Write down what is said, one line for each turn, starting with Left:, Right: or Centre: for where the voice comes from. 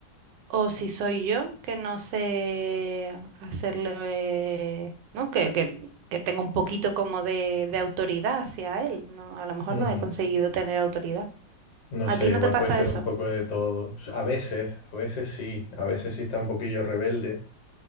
Right: o si soy yo que no sé hacerle, ¿no? Que, que, que tengo un poquito como de, de autoridad hacia él, ¿no? A lo mejor
Left: Mm,
Right: no he conseguido tener autoridad.
Left: no
Right: ¿A
Left: sé,
Right: ti no
Left: igual
Right: te pasa
Left: puede ser
Right: eso?
Left: un poco de todo. A veces, a veces sí, a veces sí está un poquillo rebelde,